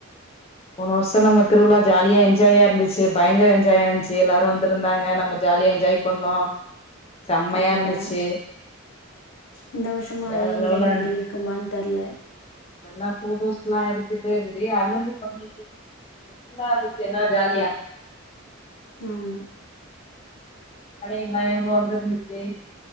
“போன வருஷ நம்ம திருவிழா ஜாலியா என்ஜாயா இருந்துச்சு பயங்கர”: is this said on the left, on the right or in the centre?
Left